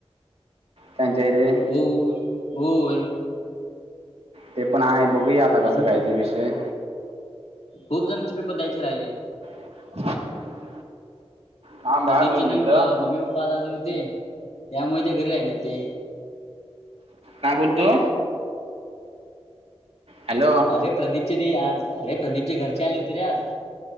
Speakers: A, on the right; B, on the left.
A: त्यांच्या रे
B: होय होय
A: ते पण हाय बघूया आता
B: अजून
A: कसं काय ते विषय
B: खूप जणांचे पेपर द्यायचे राहिलेत.
A: <unintelligible> थांबा
B: प्रदीपचे
A: दोन मिनिटं
B: नी मम्मी पप्पा आले होते त्यामुळे ते घरी राहिले होते.
A: काय बोलतो. हॅलो
B: अरे प्रदीपचे रे आज अरे प्रदीप चे घरचे आले होते रे आज.